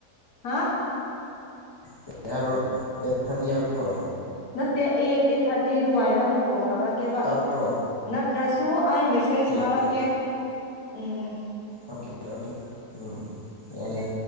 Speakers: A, on the left; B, on the left.
A: ꯍꯥ
B: ꯀꯩ ꯍꯥꯏꯕ꯭ꯔꯣ ꯇꯦꯟ ꯊꯥꯔꯇꯤ ꯍꯥꯏꯕ꯭ꯔꯣ꯫
A: ꯅꯠꯇꯦ ꯑꯦꯠ ꯑꯦꯠ ꯊꯥꯔꯇꯤ ꯗꯨꯋꯥꯏꯗ ꯑꯃꯨꯛ ꯀꯣꯜ ꯇꯧꯔꯛꯀꯦꯕ
B: ꯇꯥꯕ꯭ꯔꯣ
A: ꯅꯠꯇ꯭ꯔꯁꯨ ꯑꯩ ꯃꯦꯁꯦꯁ
B: ꯑꯣꯀꯦ
A: ꯊꯥꯔꯛꯀꯦ꯫
B: ꯑꯣꯀꯦ
A: ꯎꯝ ꯎꯝ
B: ꯑꯣꯀꯦ ꯑꯣꯀꯦ ꯎꯝ ꯌꯥ ꯌꯥ